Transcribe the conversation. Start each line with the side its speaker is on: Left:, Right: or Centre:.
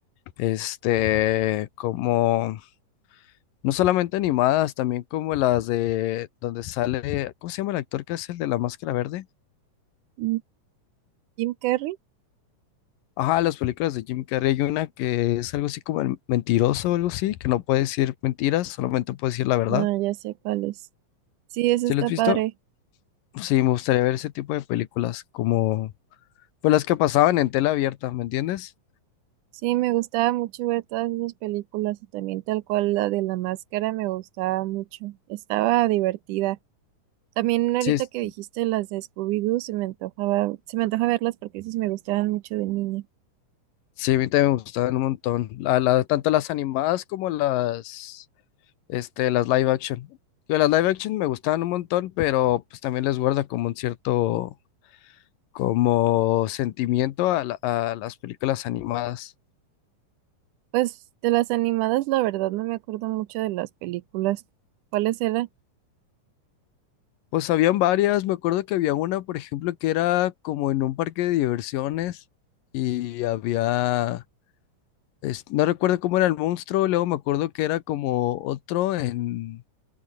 Left: Este, como No solamente animadas, también como las de donde sale, ¿cómo se llama el actor que hace el de la máscara verde?
Right: Mm, ¿Jim Carrey?
Left: Ajá, las películas de Jim Carrey, hay una que es algo así como el mentiroso o algo así, que no puede decir mentiras, solamente puede decir la verdad.
Right: Ah, ya sé cuál es. Sí, eso
Left: ¿Sí
Right: está
Left: lo has visto?
Right: padre.
Left: Sí, me gustaría ver ese tipo de películas, como pues las que pasaban en tela abierta, ¿me entiendes?
Right: Sí, me gustaba mucho ver todas esas películas y también tal cual la de la máscara me gustaba mucho. Estaba divertida. También ahorita
Left: Sí, es-
Right: que dijiste las de Scooby-Doo, se me antojaba, se me antoja verlas porque sí me gustaban mucho de niña.
Left: sí, a mí también me gustaban un montón, la- la- tanto las animadas como las este, las live action. Yo las live action me gustaban un montón, pero pues también les guarda como un cierto, como sentimiento a, la- a las películas animadas.
Right: Pues de las animadas, la verdad, no me acuerdo mucho de las películas. ¿Cuáles eran?
Left: Pues habían varias, me acuerdo que había una, por ejemplo, que era como en un parque de diversiones y había, es- no recuerdo cómo era el monstruo, luego me acuerdo que era como otro en,